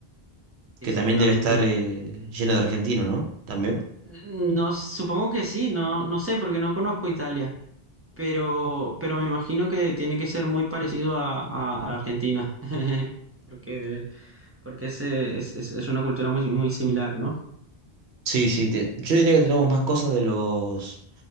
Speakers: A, on the right; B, on the right.
A: que
B: que
A: seguramente,
B: también debe estar eh, llena de argentinos, ¿no? También.
A: no, supongo que sí, no, no sé, porque no conozco Italia. pero, pero me imagino que tiene que ser muy parecido a, a- a Argentina, <laughs> porque, porque ese es, es, es una cultura muy, muy similar, ¿no?
B: Sí, sí, te- yo diría que tenemos más cosas de los